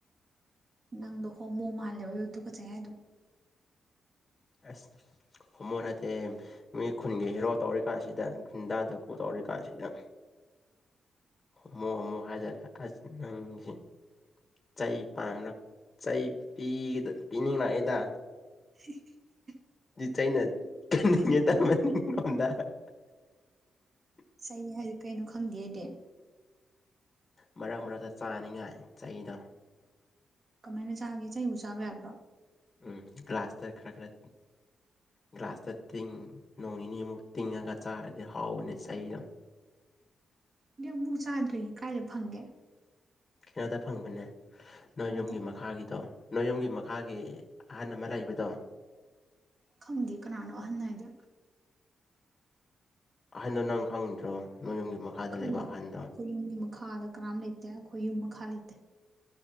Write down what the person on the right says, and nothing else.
ꯅꯪꯗꯣ ꯍꯣꯃꯣ ꯃꯥꯜꯂꯦꯕ ꯑꯗꯨ ꯇꯨꯀꯠꯆꯩ ꯍꯥꯏꯗꯣ
<unintelligible>
ꯆꯩ ꯍꯥꯏꯁꯦ ꯀꯩꯅꯣ ꯈꯪꯗꯦ ꯑꯩꯗꯤ
ꯀꯃꯥꯏꯅ ꯆꯥꯒꯦ ꯆꯩꯕꯨ ꯆꯥꯕ ꯌꯥꯕ꯭ꯔꯣ
ꯑꯩꯗꯤ ꯑꯃꯨꯛ ꯄꯥꯎ ꯆꯥꯗ꯭ꯔꯤ ꯀꯥꯏꯗ ꯐꯪꯒꯦ
ꯀꯥꯏꯗ
ꯈꯪꯗꯦ ꯀꯅꯥꯅꯣ ꯑꯍꯟꯅ ꯍꯥꯏꯗꯤ
ꯈꯪꯗ
ꯑꯩꯈꯣꯏ ꯌꯨꯝꯒꯤ ꯃꯈꯥꯗ ꯀꯅꯥꯝ ꯂꯩꯇꯦ ꯑꯩꯈꯣꯏ ꯌꯨꯝ ꯃꯈꯥ ꯂꯩꯇꯦ